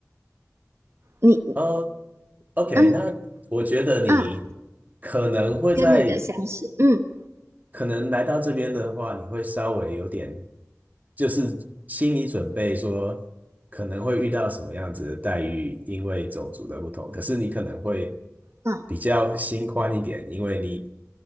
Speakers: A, on the right; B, on the right.
A: 你
B: 呃 OK，
A: 嗯
B: 那我觉得你
A: 嗯，
B: 可能会在，
A: 跟你的相似，嗯
B: 可能来到这边的话，你会稍微有点，就是心理准备说可能会遇到什么样子的待遇，因为种族的不同。可是你可能会
A: 嗯，
B: 比较心宽一点，因为你